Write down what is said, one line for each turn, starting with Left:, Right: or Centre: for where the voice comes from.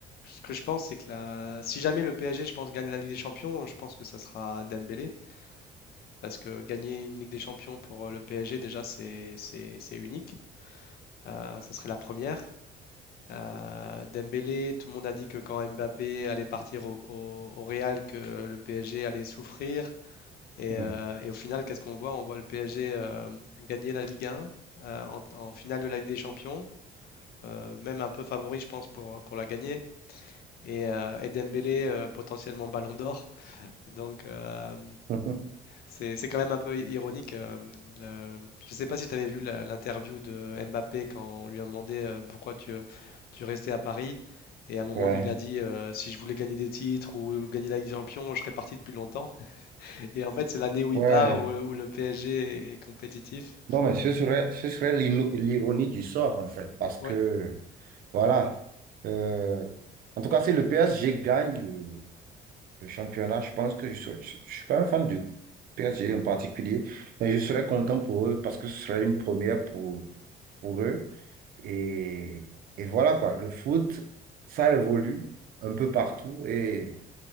Left: ce que je pense, c'est que la, si jamais le PSG, je pense, gagne la Ligue des Champions, je pense que ça sera Dembélé. Parce que gagner une Ligue des Champions pour euh, le PSG, déjà, c'est c'est- c'est unique. Euh, ça serait la première. Euh, Dembélé, tout le monde a dit que quand Mbappé allait partir au, au- au Real, que le PSG allait souffrir. Et,
Right: ouais,
Left: euh, et au final, qu'est-ce qu'on voit? On voit le PSG euh, gagner la Ligue 1 euh, en, en finale de la Ligue des Champions, euh, même un peu favori, je pense, pour, pour la gagner. Et, euh, et Dembélé, euh, potentiellement Ballon d'Or. Donc, euh,
Right: <laughs>
Left: c'est c'est quand même un peu ironique. euh, le- Je ne sais pas si tu avais vu la- l'interview de Mbappé quand on lui a demandé euh, pourquoi tu, euh, tu restais à Paris. Et à un moment,
Right: ouais,
Left: il a dit euh, si je voulais gagner des titres ou gagner la Ligue des Champions, je serais parti depuis longtemps. <laughs> Et en fait, c'est l'année où
Right: ouais.
Left: il part, où, où le PSG est, est compétitif.
Right: Non, mais ce serait, ce serait l'ino- l'ironie du sort, en fait, parce que,
Left: Oui,
Right: voilà, euh, en tout cas, si le PSG gagne le, le championnat, je pense que je ne suis pas un fan du PSG en particulier, mais je serais content pour eux parce que ce serait une première pour pour eux. Et, et voilà quoi, le foot, ça évolue un peu partout et,